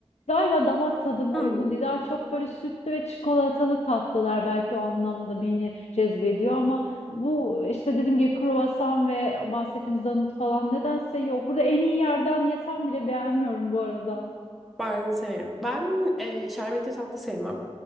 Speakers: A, on the left; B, in the centre.
A: galiba damak tadıma
B: Hmm,
A: uygun değil. Daha çok böyle sütlü ve çikolatalı tatlılar belki o anlamda beni cezbediyor ama bu işte dediğim gibi kruvasan ve bahsettiğimiz donut falan nedense yok. Burada en iyi yerden yesem bile beğenmiyorum bu arada.
B: ben severim. Ben e, şerbetli tatlı sevmem.